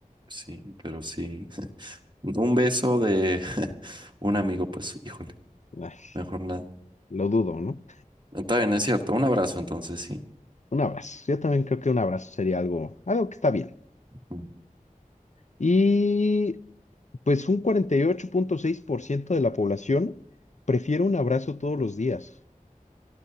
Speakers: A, on the right; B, on the left.
A: Sí, pero sí. <laughs> Un beso de <laughs> un amigo, pues, híjole.
B: Ay,
A: Mejor nada.
B: lo dudo, ¿no?
A: Está bien, es cierto. Un abrazo entonces, sí.
B: Un abrazo, yo también creo que un abrazo sería algo, algo que está bien.
A: Ujú.
B: Y pues un cuarenta y ocho punto seis por ciento de la población prefiere un abrazo todos los días.